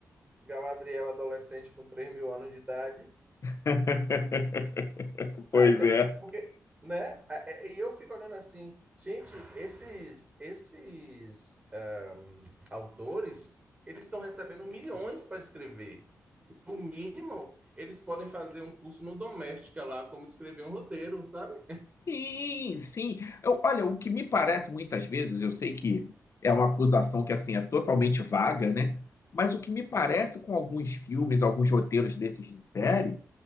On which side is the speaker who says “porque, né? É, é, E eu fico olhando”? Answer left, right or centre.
Right